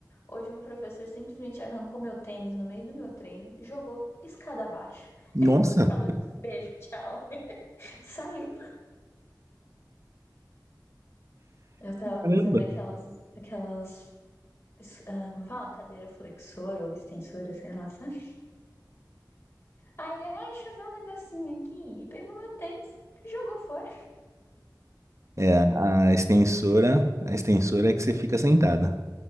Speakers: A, on the left; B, on the right.
A: Hoje um professor simplesmente arrancou meu tênis no meio do meu treino, jogou escada abaixo,
B: Nossa,
A: falou beijo, tchau, <laughs> saiu. Eu tava
B: caramba.
A: fazendo aquelas, aquelas, es- ah, como fala? Cadeira flexora ou extensora, sei lá, sabe? Aí ele, ai, choveu um negocinho aqui e pegou meu tênis, jogou fora.
B: É, a extensora, a extensora é que você fica sentada.